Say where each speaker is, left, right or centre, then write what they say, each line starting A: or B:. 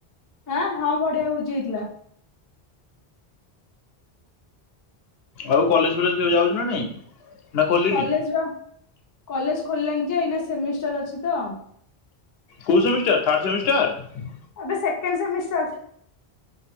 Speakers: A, on the left; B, on the left.
A: ଆଁ ହଁ ବଢିଆ ଭୋଜି ହେଇଥିଲା।
B: ଆଉ କଲେଜ ଫଲେଜ କେବେ ଯାଉଛୁ ନା ନାଇଁ? ନା ଖୋଲିନି
A: କଲେଜ ବା କଲେଜ ଖୋଲିଲାଣି ଯେ ଏଇନା ସେମିଷ୍ଟାର ଅଛି। ତ
B: କୋଉ ସେମିଷ୍ଟାର ଥାର୍ଡ ସେମିଷ୍ଟାର?
A: ଆବେ ସେକେଣ୍ଡ ସେମିଷ୍ଟାର।